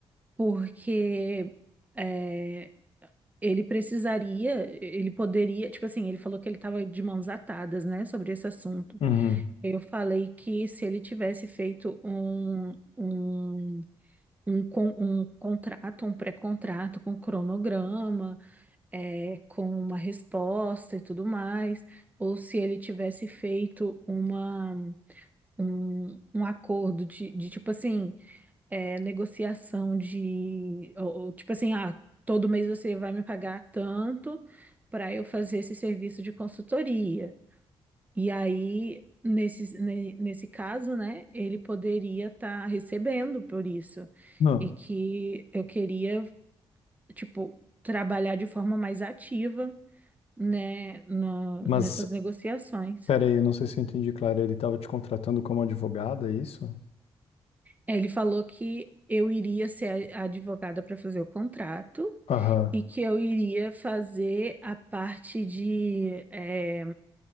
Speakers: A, on the right; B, on the left.
A: porque é, ele precisaria, ele poderia. Tipo assim, ele falou que ele estava de mãos atadas, né, sobre esse assunto.
B: uhum.
A: Eu falei que se ele tivesse feito um. um um, con- um contrato, um pré-contrato com cronograma, é, com uma resposta e tudo mais, ou se ele tivesse feito uma, um, um acordo de, de tipo assim, é, negociação de, ou, ou, tipo assim, ah, todo mês você vai me pagar tanto para eu fazer esse serviço de consultoria. E aí, nesse, ne- nesse caso, né, ele poderia estar recebendo por isso.
B: Não,
A: E que eu queria, tipo, trabalhar de forma mais ativa, né, na-
B: mas,
A: nessas negociações.
B: pera aí, eu não sei se eu entendi, Clara. Ele tava te contratando como advogada, é isso?
A: Ele falou que eu iria ser a a advogada para fazer o contrato
B: Aham,
A: e que eu iria fazer a parte de, eh,